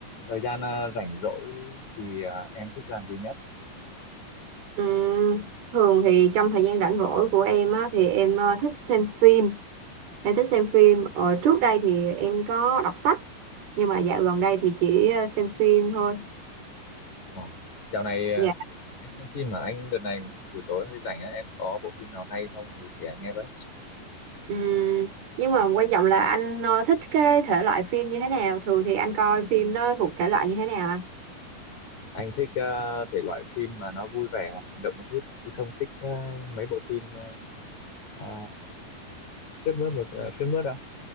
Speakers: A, on the left (about 50°); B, on the right (about 85°).
A: thời gian à, rảnh rỗi thì à, em thích làm gì nhất
B: Ừm, thường thì trong thời gian rảnh rỗi của em á, thì em ờ, thích xem phim em thích xem phim Ờ, trước đây thì em có đọc sách nhưng mà dạo gần đây thì chỉ ờ, xem phim thôi
A: ờ. dạo này à,
B: dạ
A: em xem phim mà anh đợt này cũng buổi tối hơi rảnh á em có bộ phim nào hay không thì kể anh nghe với
B: Ừm, nhưng mà quan trọng là anh ờ, thích cái thể loại phim như thế nào thường thì anh coi phim nó thuộc thể loại như thế nào anh
A: anh thích à, thể loại phim mà nó vui vẻ hoặc hành động một chút chứ không thích à, mấy bộ phim ờ, à, sướt mướt một à, sướt mướt đâu